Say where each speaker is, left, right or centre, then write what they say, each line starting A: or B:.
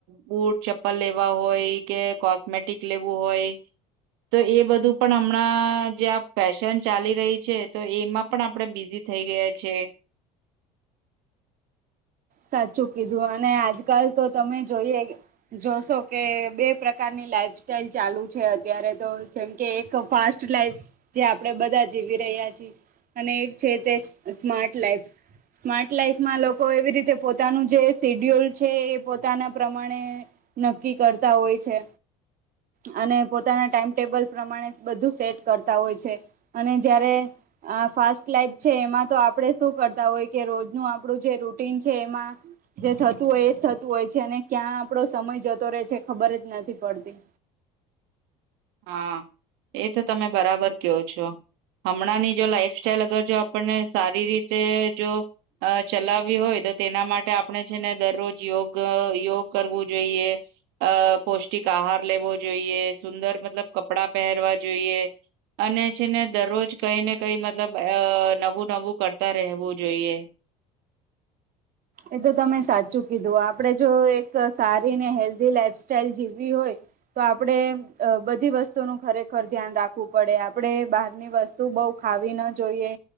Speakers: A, on the right; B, on the right.
A: બુટ ચપ્પલ લેવા હોય કે કોસ્મેટિક લેવું હોય. <inaudible> તો એ બધું પણ હમણાં જે આ ફેશન ચાલી રહી છે તો એમાં પણ આપણેે બીઝી થઈ ગઈ. છે.
B: સાચું કીધું અને આજકાલ તો તમે જોઈએ જોશો કે બે પ્રકારની. લાઇફ સ્ટાઇલ ચાલુ છે અત્યારે તો જેમ કે એક ફાસ્ટ લાઈફ જે આપડે બધા જીવી. રહ્યા છી, અને એક છે તે સ્માર્ટ લાઈફ સ્માર્ટ લાઈફમાં લોકો એવી રીતે. પોતાનું જે સેડ્યુલ છે એ પોતાના પ્રમાણે નક્કી કરતા હોય છે. અને પોતાના ટાઈમટેબલ પ્રમાણે બધું સેટ કરતા હોય છે અને જયારે. આ ફાસ્ટ લાઈફ છે એમાં તો આપડે શું કરતા હોય કે રોજનું આપણું જે રૂટીન. છે એમાં જે થતું હોય એ જ થતું હોય છે અને ક્યાં આપડો સમય જતો રહે છે ખબર જ નથી. પડતી.
A: <inaudible> હા એ તો તમે બરાબર કયો છો હમણાં ની જો લાઈફ સ્ટાઈલ અગર જો આપણને સારી રીતે જો અ ચલાવવી હોય તો તેના માટે આપણે છે ને દરરોજ યોગ યોગ કરવું જોઈએ અ પૌષ્ટિક આહાર લેવો જોઈએ સુંદર મતલબ કપડા પહેરવા જોઈએ. અને છેને દરરોજ કઈ ને કઈ મતલબ અ નવું નવું કરતા રહેવું જોઈએ. <inaudible>
B: એ તો તમે સાચું કીધું આપડે જો એક સારી ને હેલ્ધી લાઈફ સ્ટાઈલ જીવવી હોય. તો આપણે બધી વસ્તુ નું ખરેખર ધ્યાન રાખવું પડે આપણે બહારની વસ્તુ બવ ખાવી ના જોઈએ